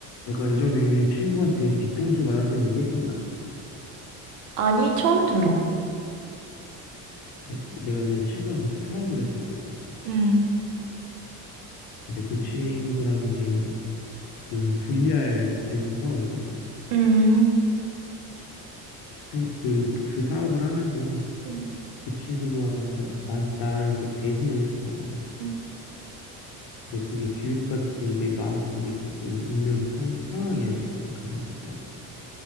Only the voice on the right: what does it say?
아니, 처음 들어.
음.
음,
음,
음.